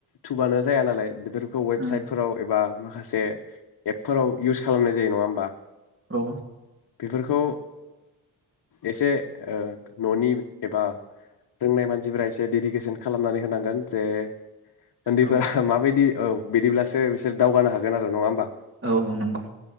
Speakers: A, on the left; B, on the right.
A: थुबानो जाया नालाय बेफोरखौ वेबसाइटफोराव
B: उम
A: एबा माखासे एपफोराव इउस खालामनाय जायो नङा होमबा?
B: औ।
A: बेफोरखौ एसे ननि एबा रोंनाय मानसिफोरा एसे डेडिकेसन खालामनानै होनांगोन जे उन्दैफोरा
B: औ
A: माबायदि औ बिदिब्लासो बिसोर दावगानो हागोन आरो नङा होमबा?
B: औ नंगौ।